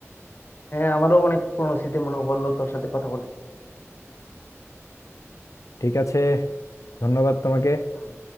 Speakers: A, on the left; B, on the left.
A: হ্যাঁ আমারও অনেক পুরনো স্মৃতি মনে পড়লো তোর সাথে কথা বলে
B: ঠিক আছে ধন্যবাদ তোমাকে
A: হুম।